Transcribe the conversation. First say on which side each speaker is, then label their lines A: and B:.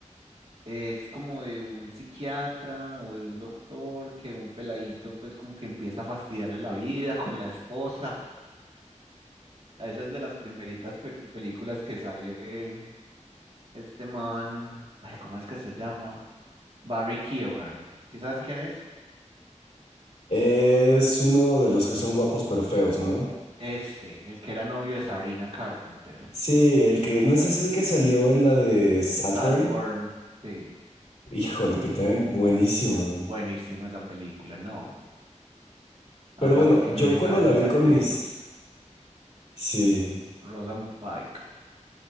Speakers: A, on the right; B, on the left.
A: Es como de un psiquiatra o de un doctor que un peladito pues como que empieza a fastidiarle la vida con la esposa. Esa es de las primeritas pe- películas que sale este man. Ay, ¿cómo es que se llama? Barry Keoghan. ¿Sí sabes quién es?
B: Es uno de los que son guapos pero feos, ¿no?
A: Ese, el que era novio de Sabrina Carpenter.
B: Sí, el que, no ese es el que salió en la de Saltburn.
A: Saltburn, sí,
B: Híjole, que también buenísimo.
A: buenísima esa película, no.
B: Pero
A: Aparte
B: bueno,
A: que
B: yo
A: a mí me encanta
B: cuando la vi
A: esa
B: con
A: actriz,
B: mis, sí.
A: Rosamund Pike.